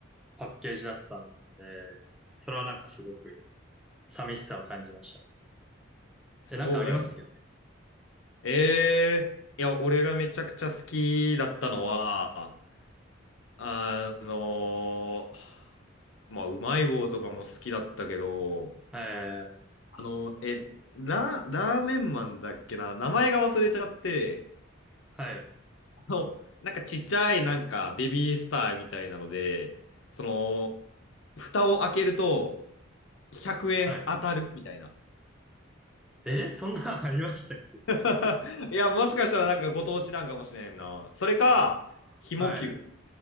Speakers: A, in the centre; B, on the left.
A: パッケージだったんで、それはなんかすごく寂しさを感じましたね。え、なんかあります逆に。
B: そうだよね。ええいや、俺がめちゃくちゃ好きだったのは、あのーまあ、うまい棒とかも好きだったけど、
A: えー、
B: あの、え、ラ、ラーメンマンだっけな名前が忘れちゃって、
A: はい、
B: のなんかちっちゃいなんかベビースターみたいなので、その、蓋を開けると100円当たるみたいな。
A: はい。えーそんなんありましたっけ
B: <laughs> いや、もしかしたらなんかご当地なんかもしれんな。それか、
A: はい。
B: ひも球。